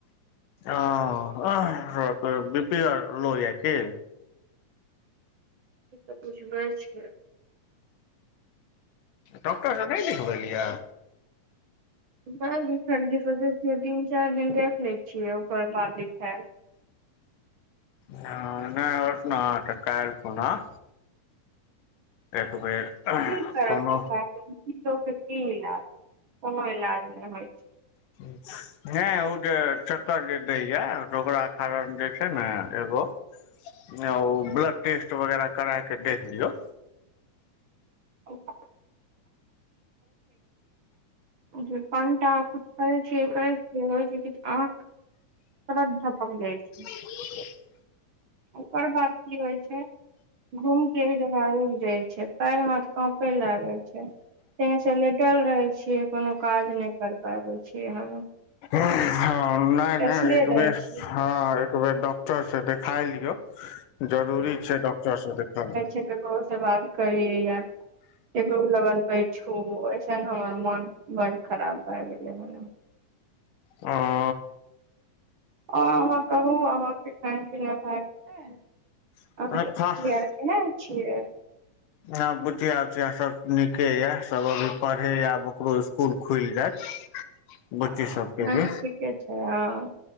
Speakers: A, on the left (about 85°); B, on the right (about 55°).
A: ओ बिपी आर लो या की
B: ई सब बुझबै छै
A: डॉक्टर स नहि देखबेलियए
B: पढ़ लिख <unintelligible> ल सोचै छियै तीन चार दिन देख लै छियै ओकर बाद देखेब
A: ह नहि हो <unintelligible> त न तऽ काल पुनः एक बेर
B: उ कर
A: कोनो
B: उसो के की इलाज कोनो इलाज नहि होइ छै <unintelligible>
A: ठीक नै उ जे चक्कर जे दैया ओकरा कारण जे छै ने एगो नेउ ब्लड टेस्ट वगैरह करा के देख लियौ
B: ओ <unintelligible> <unintelligible> पटा कछु कर छी कर छी हो छै आँख त धपक जाइ छै <unintelligible>
A: <unintelligible>
B: ओकर बाद की होइ छै घूम के एक जगह रुक जाय छै पैर हाथ कऽपे लागे छै ते से लेटल रहे छियै कोनो काज नहि करबाबै छै हम
A: हँ नहि
B: बैसले
A: नहि एक
B: रहै
A: बेर
B: छियै
A: हँ एकबेर डॉक्टर स देखाय लियौ जरूरी छै डॉक्टर से देखेना
B: जेकर बौस <unintelligible> सब बा <unintelligible> त करी य एगो लगन बैठू ओइसन हमर मोन बड्ड खराब भए गेलै हन
A: हं
B: अहाँ कहू अहाँ के खान पीना भए गेलै
A: आब
B: अहाँ के पुच्चिया केहन छियै
A: ह बुचिया उचिया सब नीके ये सब अभी पढ़े या आब ओकरो स् कूल खुल जायत बुच्ची
B: अऽ
A: सबके
B: नहि
A: भी
B: नहि ठीके छै हं